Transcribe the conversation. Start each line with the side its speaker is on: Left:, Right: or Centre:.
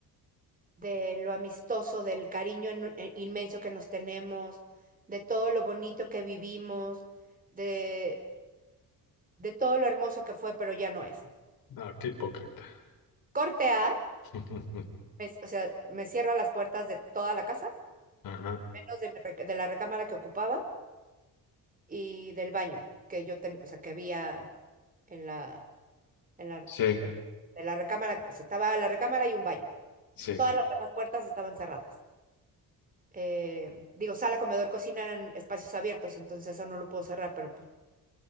Right: de lo amistoso, del cariño en- en- inmenso que nos tenemos, de todo lo bonito que vivimos, de, de todo lo hermoso que fue, pero ya no es.
Left: ah, qué hipócrita.
Right: Corte A,
Left: <laughs> Ujú.
Right: me- o sea, me cierra las puertas de toda la casa,
Left: Ajá.
Right: menos de mi rec- de la recámara que ocupaba y del baño que yo ten, o sea, que había en la, en la,
Left: Sí,
Right: de la recámara, o sea, estaba la recámara y un baño.
Left: sí.
Right: Todas las demás puertas estaban cerradas. Eh, digo, sala, comedor, cocina eran espacios abiertos, entonces eso no lo puedo cerrar, pero pues